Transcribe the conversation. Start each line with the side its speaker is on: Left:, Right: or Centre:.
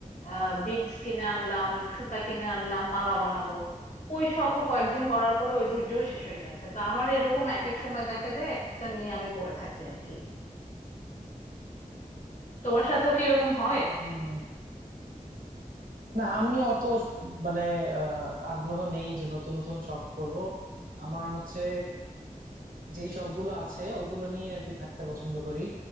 Left: আহ বিডস কিনে আনলাম সুতা কিনে আনলাম মালা বানাবো ওই শখও কয়েকদিন করার পরে ওই ধৈর্যও শেষ হয়ে গেছে তো আমার এরকম এক এক সময় দেখা যায় একটা নিয়ে আমি পড়ে থাকি আর কি তোমার সাথেও কি এরকম হয়
Right: হুম না আমি অত মানে আহ, আগ্রহ নেই যে নতুন নতুন শখ করব আমার হচ্ছে যেই শখ গুলো আছে ওগুলো নিয়ে আর কি থাকতে পছন্দ করি